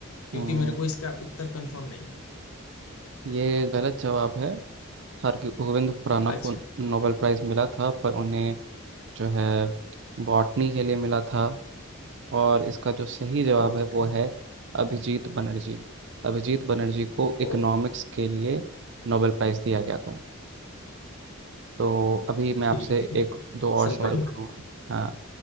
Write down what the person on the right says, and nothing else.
हम्म,
ये गलत जवाब है हरगोविंद खुराना
को नोबेल प्राइज मिला था पर उन्हें जो है बॉटनी के लिए मिला था और इसका जो सही जवाब
है वो है अभिजीत बनर्जी अभिजीत बनर्जी को इकोनॉमिक्स
के लिए नोबेल प्राइज दिया गया था तो अभी मैं
आपसे
एक दो और
सवाल करूँगा हाँ